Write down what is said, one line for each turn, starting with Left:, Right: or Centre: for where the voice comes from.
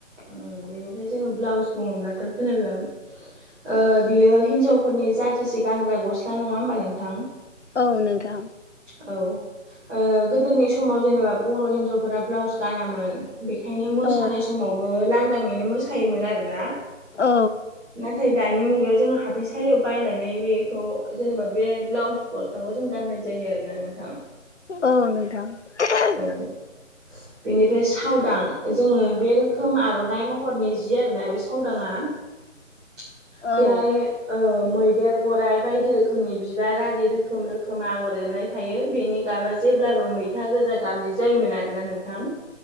Centre: ओ बेनिफ्राय जोङो ब्लाउस बुङोब्ला <unintelligible> ओ बियो हिनजावफोरनि जाथोसे गानग्रा गस्ला नङा होमबा नोंथां
Left: औ नोंथां
Centre: <inaudible> औ ओ गोदोनि समाव जेनेबा बर' हिनजाव फोरा ब्लाउस गानामोन बेखायनो मोसानाय
Left: औ
Centre: समावबो लांदाङैनो मोसायोमोन आरोना
Left: औ
Centre: <inaudible> नाथाय दानि मुगायाव जोङो हााथाइ सलियाव बायनानै बेखौ जेनेबा बे ब्लाउस गस्ला जों गाननाय जायो आरोना नोंथां।
Left: औ नोंथां <unintelligible>
Centre: औ बेनिफ्राय सावदां जोङो बे रोखोम आर'नाइ मह महरनि जि आरोना बे सावदाङा <unintelligible>
Left: औ
Centre: बेहाय
Left: औ नोंथां औ
Centre: ओ मैदेर गराइ बायदि रोखोमनि बिबार आरि रोखोम रोखोम आगर एरनाय थायो बेनि गाबा जेब्लाबो मै मैथा गोजा गाबनि जायोमोन आरोना नोंथां।